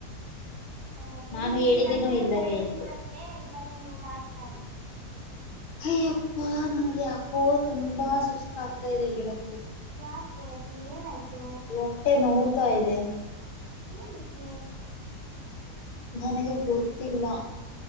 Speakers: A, on the right; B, on the left.
A: ಹಓ ಬಿಡಿ
B: ನಾನು
A: ಬಿಡಿ
B: ಹೇಳಿದ್ದೀನೋ
A: ನಂತರ
B: ಇಲ್ಲವೇ
A: ಕೇಳಿವಿರಂತೆ
B: ಎಂದು
A: ಇವಾಗ ನೀವು ಮಾತ್ನಾಡಿ.
B: ಅಯ್ಯಪ್ಪ ನನಗೆ ಯಾಕೋ ತುಂಬಾ ಸುಸ್ತಾ ಅಗ್ತಾ ಇದೆ ಗೆಳತಿ.
A: ಯಾಕ ಗೆಳತಿ ಏನಾಯ್ತು?
B: ಹೊಟ್ಟೆ ನೋವತ್ ಇದೆ
A: ಏನಕ್ಕೆ?
B: ನನಗೆ ಗೊತ್ತಿಲ್ಲ.